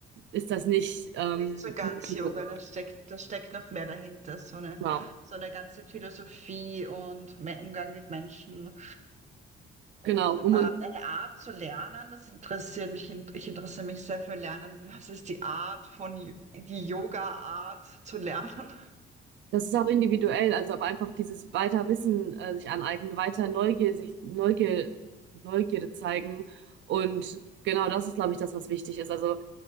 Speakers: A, on the right; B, on the right.
A: ist das nicht ähm,
B: Nicht so ganz
A: nur Yoga.
B: Yoga, da steckt, da steckt noch mehr dahinter, so eine,
A: Genau.
B: so eine ganze Philosophie und mehr Umgang mit Menschen und
A: Genau. Und
B: ähm,
A: man-
B: eine Art zu lernen, das interessiert mich. in- Ich interessiere mich sehr für Lernen. <laughs> Was ist die Art von, Y- die Yoga-Art zu lernen?
A: Das ist auch individuell, also aber einfach dieses weiter Wissen äh, sich aneignen, weiter Neugier, sich Neugier, Neugierde zeigen. Und genau das ist, glaube ich, das, was wichtig ist. Also